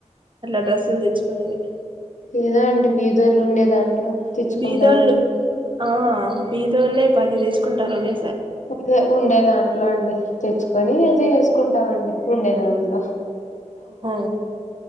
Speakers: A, on the right (about 40°); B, on the left (about 75°).
A: అట్లా డ్రెస్సులు తెచ్చుకునేది
B: ఏదా అండి బీదోలు ఉండే దాంట్లో తెచ్చుకుంటాము
A: బీదోళ్ళు ఆ బీదోళ్లే పది తీసుకుంటారు అనే
B: అదే ఉండేదాం ఇట్లా అండి తెచ్చుకొని అది వేసుకుంటామండి ఉండే దాంట్లో
A: ఓహో